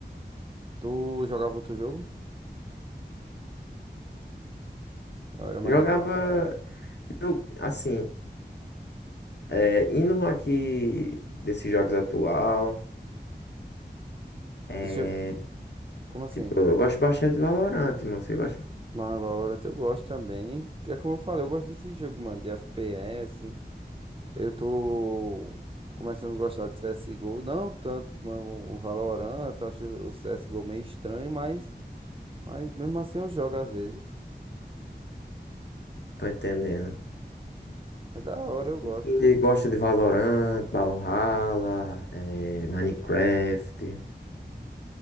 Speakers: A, on the right (about 30°); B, on the left (about 75°).
A: Tu jogava outro jogo? Ou era mais
B: Jogava.
A: de boa?
B: Eu, assim. É, indo um aqui desses jogos atual, é,
A: Esse jogo,
B: ti-
A: como assim?
B: tipo, eu gosto bastante de Valorant, mano. Você gosta?
A: Mas Valorant eu gosto também. É como eu falei, eu gosto desse jogo, mano, de FPS. Eu tô começando a gostar de CSGO. Não tanto como o Valorant, eu acho o CSGO meio estranho, mas, mas mesmo assim eu jogo às vezes.
B: Tô entendendo.
A: É da hora, eu gosto.
B: Você gosta de Valorant, Brawlhalla, é, Minecraft?